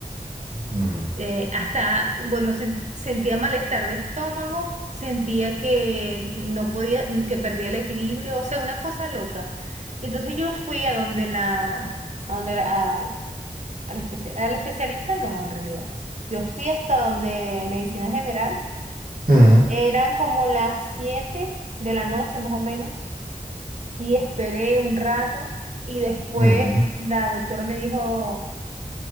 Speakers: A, on the right (about 65°); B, on the right (about 50°).
A: Ujú,
B: eh, hasta, bueno, sen- sentía malestar de estómago, sentía que no podía, que perdía el equilibrio, o sea, una cosa loca. Y entonces yo fui a donde la, a donde la, Al especia- al especialista no, en realidad. Yo fui hasta donde medicina general.
A: ujú,
B: Eran como las 7 de la noche más o menos. Y esperé un rato. Y después
A: ujú,
B: la doctora me dijo,